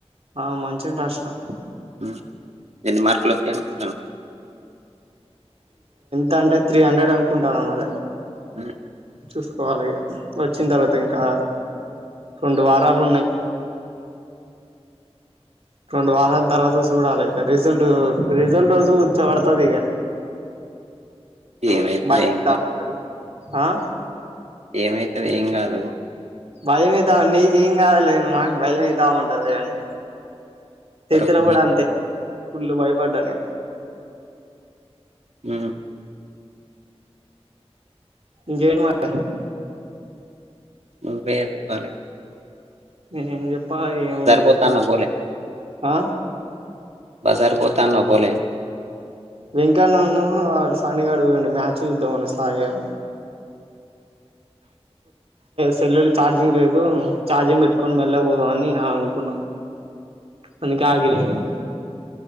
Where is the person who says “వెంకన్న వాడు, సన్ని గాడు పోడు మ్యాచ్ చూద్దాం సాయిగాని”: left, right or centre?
Right